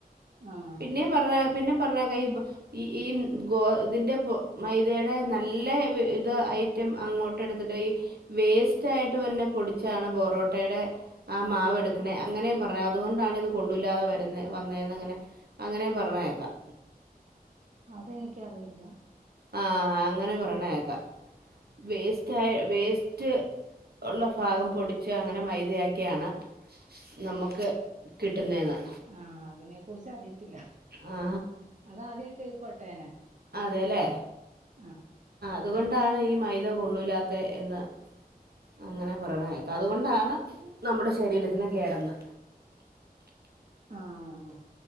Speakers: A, on the right; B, on the right.
A: ആഹ്
B: പിന്നെ പറഞ്ഞ പിന്നെ പറഞ്ഞേക്കാം ഇപ്പോ ഈ ഈ ഗോ ഇതിന്റെ മൈദയുടെ നല്ല ഇത് ഐറ്റം അങ്ങോട്ട് എടുത്തിട്ട് ഈ വേസ്റ്റ് ആയിട്ട് തന്നെ പൊടിച്ചാണ് പോറോട്ടയുടെ ആ മാവ്എടുക്കണേ അങ്ങനെയും പറഞ്ഞ അതുകൊണ്ടാണ് ഇത് കൊള്ളൂല്ലാതെ വരുന്ന വന്നെന്ന് അങ്ങനെ പറീനേക്കാം.
A: അതെനിക്കറിയില്ല.
B: ആ അങ്ങനെ പറണേക്കാം വേസ്റ്റ് വേസ്റ്റ് ഉള്ള ഭാഗം പൊടിച്ച് അങ്ങനെ മൈദയാക്കിയാണ് നമുക്ക് കിട്ടുന്നതെന്ന്.
A: ആ അതിനെ കുറിച്ച് അറിയത്തില്ല.
B: ആ
A: അതാ ആദ്യമായിട്ട് കേൾക്കാട്ടോ ഞാന്.
B: അതെല്ലെ
A: ആഹ്
B: അതുകൊണ്ടാണ് ഈ മൈദ കൊള്ളില്ലാത്ത എന്ന് അങ്ങനെ പറണ കേക്ക അതുകൊണ്ടാണ് നമ്മുടെ ശരീരത്തിനന് കേടന്ന്.
A: ആഹ്